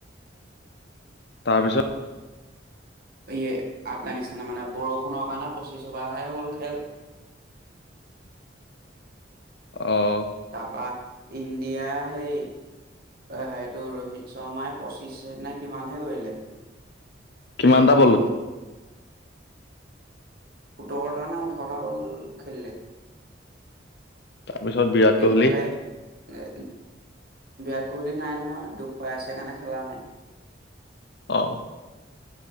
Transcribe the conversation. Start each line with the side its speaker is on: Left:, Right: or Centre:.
Left: তাৰপিছত
Right: এই আফগানিস্তানে মানে বৰষুণৰ কাৰণে পঁচিছ অভাৰ হ'ল খেল
Left: অ',
Right: তাপা ইণ্ডিয়া হেই সেইটো ৰোহিত শৰ্মাই পঁচিছ নে কিমান কৰিলে
Left: কিমান তা বলত
Right: সোতৰটা নে ওঠৰটা বল খেলিলে।
Left: তাৰপিছত বিৰাট
Right: এইফালে
Left: কোহলি
Right: এ, বিৰাট কোহলি নাই নহয় দুখ পাই আছে‌ কাৰণে খেলা নাই
Left: অহ